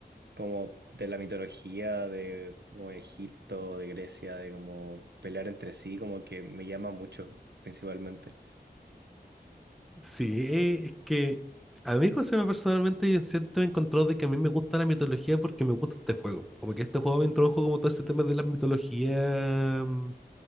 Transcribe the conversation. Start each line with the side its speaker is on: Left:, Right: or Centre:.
Right: como de la mitología de como de Egipto, de Grecia, de como pelear entre sí, como que me llama mucho, principalmente.
Centre: Sí, eh, es que a mí Josema personalmente yo siento encontró de que a mí me gusta la mitología porque me gusta este juego. Como que este juego me introdujo como todo ese tema de las mitologías mm,